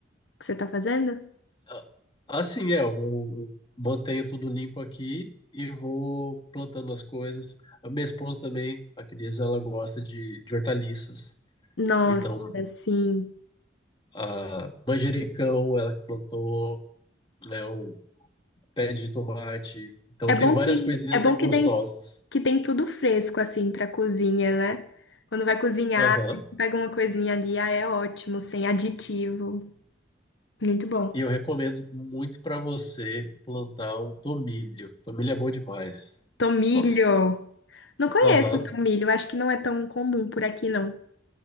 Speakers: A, on the left; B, on the left.
A: que você tá fazendo?
B: a- assim é, eu, eu mantenho tudo limpo aqui e vou plantando as coisas. A minha esposa também, a Cris, ela gosta de, de hortaliças.
A: Nossa,
B: Então,
A: sim.
B: a manjericão, ela que plantou, né, o pé de tomate. Então,
A: É bom
B: tem várias
A: que
B: coisinhas
A: é bom
B: assim, gostosas.
A: que tem que tem tudo fresco assim para cozinha, né? Quando vai cozinhar,
B: Aham.
A: assim, você pega uma coisinha ali, ah, é ótimo, sem aditivo. Muito bom.
B: E eu recomendo muito para você plantar um tomilho. Tomilho é bom demais.
A: Tomilho.
B: Nossa.
A: Não conheço
B: Aham.
A: o tomilho, acho que não é tão comum por aqui não.